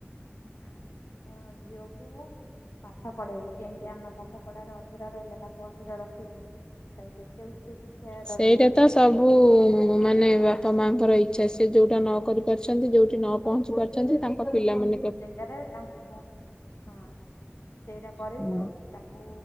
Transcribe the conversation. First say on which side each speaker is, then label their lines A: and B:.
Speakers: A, on the left (about 80°); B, on the left (about 20°).
A: ହୁଁ କଣ ଝିଅକୁ ପାଠ ପଢେଇବୁ ଯେମିତି ଆମେ ପାଠ ପଢାରେ ଅଧୁରା ରହିଲା ତାକୁ ଅଧୁରା ରଖିବୁନି। ତାକୁ ଯେତେ ଉଚ୍ଚ ଶିକ୍ଷା ସବୁ
B: ସେଇଟା
A: ଉଚ୍ଚ
B: ତ
A: ଶିକ୍ଷା
B: ସବୁ
A: ପା
B: ମାନେ ବାପା ମାଙ୍କର ଇଚ୍ଛା ସେ ଯୋଉଟା ନ କରି ପାରୁଛନ୍ତି ଯୋଉଠି ନ ପହଞ୍ଚି ପାରୁଛନ୍ତି ତା ପିଲାମାନେେ
A: ସେଇ ଜାଗାରେ ତାଙ୍କୁ ପହଞ୍ଚ ହଁ ସେଇଟା କରିବୁ
B: ହୁଁ
A: ତାକୁ